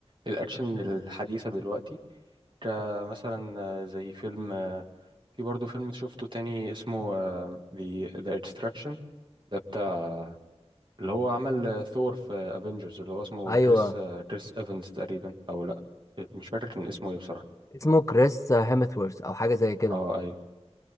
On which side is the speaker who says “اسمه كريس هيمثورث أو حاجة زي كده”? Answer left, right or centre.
Left